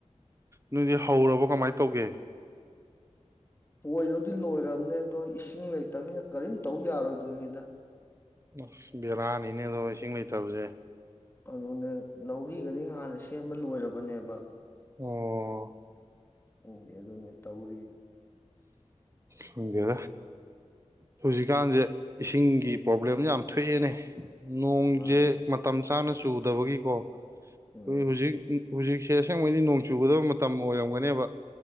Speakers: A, on the right (about 25°); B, on the left (about 20°).
A: ꯅꯣꯏꯗꯤ ꯍꯧꯔꯕꯣ ꯀꯃꯥꯏ ꯇꯧꯒꯦ
B: ꯄꯣꯏꯔꯣꯗꯤ ꯂꯣꯏꯔꯕꯅꯦ ꯑꯗꯣ ꯏꯁꯤꯡ ꯂꯩꯇꯕꯅꯤꯅ ꯀꯔꯤꯝ ꯇꯧ ꯌꯥꯔꯣꯏꯗꯣꯏꯅꯤꯗ
A: ꯑꯁ ꯕꯦꯔꯥꯅꯤꯅꯦ ꯑꯗꯣ ꯏꯁꯤꯡ ꯂꯩꯇꯕꯁꯦ
B: ꯑꯗꯨꯅꯦ ꯂꯧꯔꯤꯒꯗꯤ ꯉꯥꯟꯅ ꯁꯦꯝꯕ ꯂꯣꯏꯔꯕꯅꯦꯕ
A: ꯑꯣ
B: ꯎꯨꯡꯗꯤ ꯑꯗꯨꯅ ꯇꯧꯔꯤ
A: ꯊꯗꯗ ꯁꯖꯤꯀꯥꯟꯁꯦ ꯏꯁꯤꯡꯒꯤ ꯄ꯭ꯔꯣꯕ꯭ꯂꯦꯝ ꯌꯥꯝ ꯊꯣꯛꯑꯦꯅꯦ ꯅꯣꯡꯁꯦ
B: ꯃꯥꯏꯁꯦ
A: ꯃꯇꯝ ꯆꯥꯅ ꯆꯨꯗꯕꯒꯤꯀꯣ
B: ꯎꯝ
A: ꯇꯨꯡꯒꯤ ꯍꯨꯖꯤꯛ ꯎꯝ ꯍꯨꯖꯤꯛ ꯁꯤꯗ ꯑꯁꯦꯡꯕꯩꯗꯤ ꯅꯣꯡ ꯆꯨꯒꯗꯕ ꯃꯇꯝ ꯑꯣꯏꯔꯝꯒꯅꯦꯕ